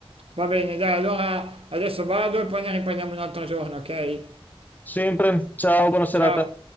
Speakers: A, on the right; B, on the left.
A: Va bene, dai, allora adesso vado e poi ne riprendiamo un altro giorno, ok?
B: Sempre. Ciao, buona serata.
A: Ciao.